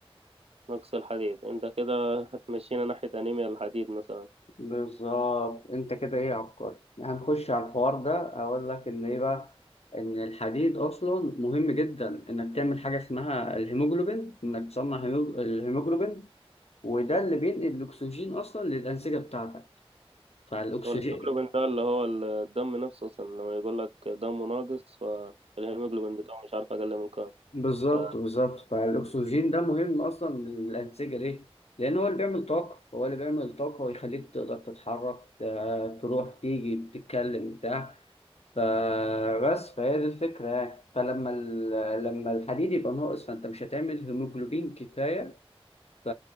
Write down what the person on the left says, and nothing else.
بالظبط انت كده ايه عبقري هنخش على الحوار ده اقول لك ان ايه بقى ان الحديد اصلا مهم جدا انك تعمل حاجه اسمها الهيموجلوبين انك تصنع هيمو- الهيموجلوبين وده اللي بينقل الاكسجين اصلا للانسجه بتاعتك فالاكسجين
بالظبط
بالظبط فالاكسجين ده مهم اصلا للانسجه ليه لان هو اللي بيعمل طاقه هو اللي بيعمل طاقه ويخليك تقدر تتحرك ت- تروح تيجي تتكلم بتاع فبس فهي دي الفكرة يعني فلما ال- لما الحديد يبقى ناقص فأنت مش هتعمل هيموجلوبين كفاية ف...